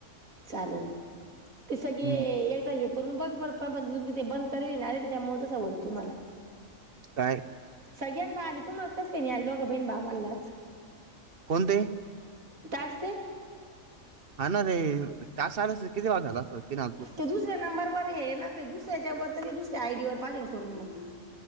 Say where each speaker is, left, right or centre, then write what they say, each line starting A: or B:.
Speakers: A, on the right; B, on the right.
A: चालेन ते सगळे
B: हम्म
A: एकदा येत- ''करून बघ बर पण, पण तुम ते बंद करे त्याच्यामुळे तसं आवाज येतो तुम्हाला, ''
B: काय?
A: सगळ्यांना आले, तू मालाच कस काही नाही आले दोघं बहीण भावांलाच,
B: कोणते?
A: टास्कचे-
B: हा ना रे, टास्क आले असते तर, किती बारी झाल असत ती ना,
A: ते दुसऱ्या नंबरवर आहे ना, ते दुसऱ्याच्या वर दुसऱ्या आयडी वर पाहीजे करून मग.